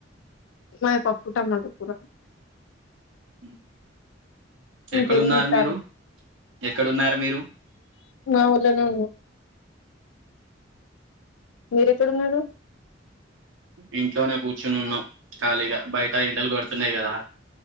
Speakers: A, on the left; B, on the right.
A: మాది పప్పు టమాటా కూర
B: హ
A: ఇంకేం
B: ఎక్కడున్నారు
A: చేస్తారు
B: మీరు ఎక్కడున్నారు మీరు
A: మా ఊర్లోనే మీరు ఎక్కడు ఉన్నారు
B: ఇంట్లోనే కూర్చుని ఉన్నాం ఖాళీగా బయట ఎండలు కొడుతున్నాయి కదా